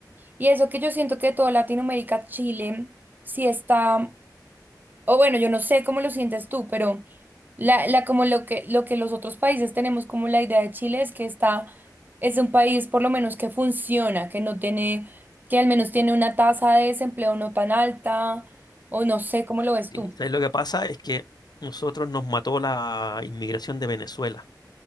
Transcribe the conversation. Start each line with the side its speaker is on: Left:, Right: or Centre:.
Right: y eso que yo siento que toda Latinoamérica, Chile, sí está, o bueno, yo no sé cómo lo sientes tú, pero la, la como lo que, lo que los otros países tenemos como la idea de Chile es que está, es un país por lo menos que funciona, que no tiene, que al menos tiene una tasa de desempleo no tan alta, o no sé cómo lo ves
Left: Sí.
Right: tú.
Left: ¿Sabes lo que pasa? Es que nosotros nos mató la inmigración de Venezuela.